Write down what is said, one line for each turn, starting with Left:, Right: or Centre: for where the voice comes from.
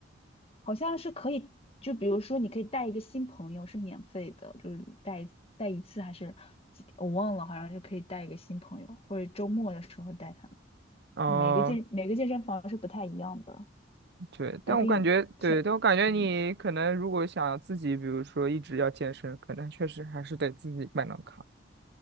Left: 好像是可以，就比如说你可以带一个新朋友是免费的，就是带带一次还是几天我忘了，好像是可以带一个新朋友，或者周末的时候带他们。
Right: 哦，
Left: 每个健每个健身房是不太一样的，
Right: 对，但我感觉，
Left: 还可以像嗯，
Right: 对，但我感觉你可能如果想自己，比如说一直要健身，可能确实还是得自己办张卡。